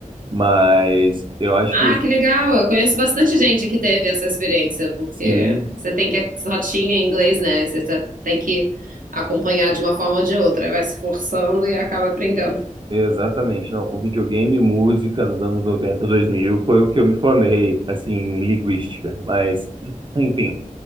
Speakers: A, on the right; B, on the right.
A: Mas eu acho
B: Ah,
A: que os-
B: que legal! Eu conheço bastante gente que teve essa experiência, porque
A: sim,
B: você tem que rotinha em inglês, né? E você tá- tem que acompanhar de uma forma ou de outra, Aí vai se forçando e acaba aprendendo.
A: exatamente. Não, com videogame e música nos anos noventa, dois mil foi o que eu me formei, assim, em linguística. Mas, <clears throat> enfim.